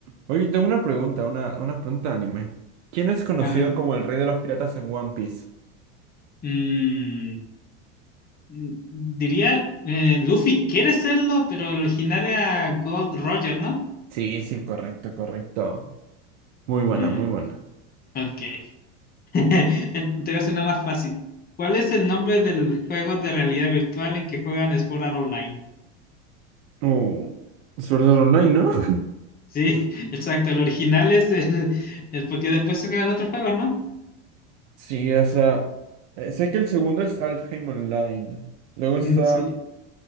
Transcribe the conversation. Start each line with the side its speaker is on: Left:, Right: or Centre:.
Right: Oye, tengo una pregunta, una, una pregunta de anime. ¿Quién es conocido
Left: A ver.
Right: como el rey de los piratas en One Piece?
Left: mm, mm, diría, eh, Luffy quiere serlo, pero el original era Gold Roger, ¿no?
Right: Sí, sí, correcto, correcto. Muy buena,
Left: Mm,
Right: muy buena.
Left: ok. <laughs> Te voy a hacer una más fácil. ¿Cuál es el nombre del juego de realidad virtual en que juegan Sword Art Online?
Right: Uh, Sword Art Online, ¿no? <laughs>
Left: Sí, <laughs> exacto. El original es el, el- porque después se juegan otros juegos, ¿no?
Right: Sí, o sea, eh, sé que el segundo es Alfheim Online. Luego está
Left: Mm, sí.